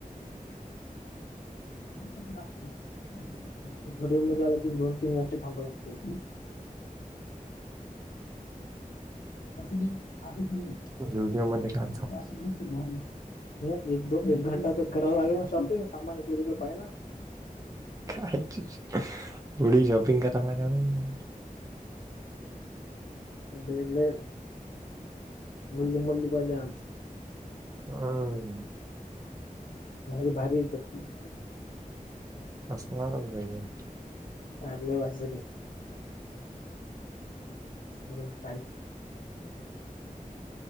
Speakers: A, on the left (about 70°); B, on the right (about 25°).
A: असा दिला असतो मी. झुडिओ मध्ये आला की दोन, तीन घंटे थांबाव लागते. स नाही आी प <inaudible>
B: झुडीओ मध्ये का?
A: एक दो, एक घंटा ते करवा लागेल ना शॉपिंग सामान इकड तिकडे पडेल ना
B: कायतरच पुढे शॉपिंग करायला का नाही.
A: ड्रेस घे मुल्लू मल्लू पहिले आ
B: हम्म
A: भारी भारी एकदम
B: असणारच पाहिजे
A: झालं वाटते. एकदम टाईट